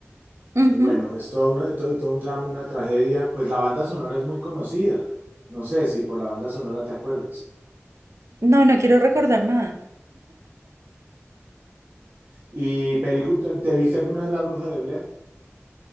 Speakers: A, on the right; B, on the right.
A: y
B: Ujú.
A: bueno, es todo, una, todo, todo un drama, una tragedia. Pues la banda sonora es muy conocida. No sé si por la banda sonora te acuerdas.
B: No, no quiero recordar nada.
A: ¿Y película, te viste alguna vez La Bruja de Blair?